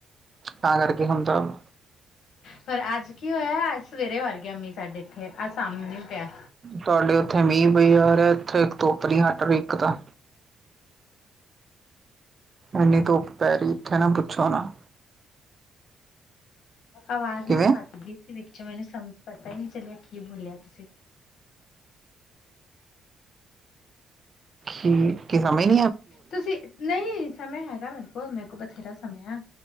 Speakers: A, on the right; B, on the left.
A: ਤਾਂ ਕਰਕੇ ਹੁੰਦਾ ਵਾ
B: ਫੇਰ ਅੱਜ ਕੀ ਹੋਇਆ ਅੱਜ ਸਵੇਰੇ ਵਰ ਗਿਆ ਮੀਂਹ ਸਾਡੇ ਇੱਥੇ ਅੱਜ ਸਾਮ ਨੀ ਪਿਆ
A: ਤੁਹਾਡੇ ਉੱਥੇ ਮੀਂਹ ਪਈ ਜਾ ਰਿਹਾ ਇੱਥੇ ਇੱਕ ਧੁੱਪ ਨੀ ਹਟ ਰੀ ਇੱਕ ਤਾਂ ਇਨੀ ਧੁੱਪ ਪੈ ਰਹੀ ਇੱਥੇ ਨਾ ਪੁੱਛੋ ਨਾ
B: ਆਵਾਜ਼
A: ਕਿਵੇਂ?
B: ਨਾ ਕਾਟਦੀ ਵਿੱਚੋ ਮੈਨੂੰ ਸਮ ਪਤਾ ਹੀ ਨਹੀਂ ਚੱਲਿਆ ਕੀ ਬੋਲਿਆ ਤੁਸੀਂ
A: ਕੀ ਕੀ ਸਮਜ਼
B: ਤੁਸੀਂ ਨਹੀਂ ਸਮੇ ਹੈਗਾ ਮੇਰੇ ਕੋਲ ਮੇਰੇ ਕੋਲ ਬਥੇਰਾ ਸਮਯੇ ਆ